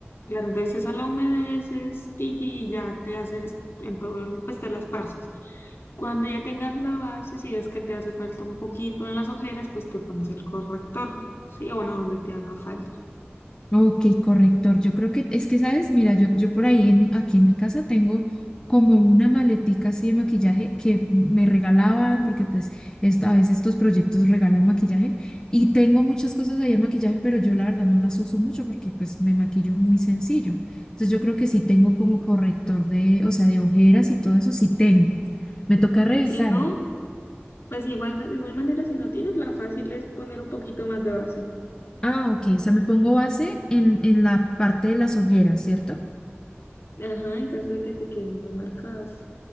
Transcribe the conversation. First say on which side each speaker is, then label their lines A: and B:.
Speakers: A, on the left; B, on the left.
A: claro, entonces esa la humedeces, tiki, y ya te haces en todo, el- pues te las parces. Cuando ya tengas la base, si es que te hace falta un poquito en las ojeras, pues te pones el corrector, ¿sí? O bueno, donde te haga falta.
B: Ok, corrector. Yo creo que es que, ¿sabes? Mira, yo, yo por ahí, en mi- aquí en mi casa tengo como una maletica así de maquillaje que me regalaban, porque pues esto, a veces estos proyectos regalan maquillaje y tengo muchas cosas ahí de maquillaje, pero yo la verdad no las uso mucho porque pues me maquillo muy sencillo. Entonces yo creo que sí tengo como
A: Ok.
B: corrector de, o sea, de ojeras y todo eso, sí tengo. Me toca revisar.
A: Si no, Pues igual, de de igual manera, si no tienes, la fácil es poner un poquito más de base.
B: Ah, ok, o sea, me pongo base en, en la parte de las ojeras, ¿cierto?
A: Ajá, en caso de que te queden muy marcadas.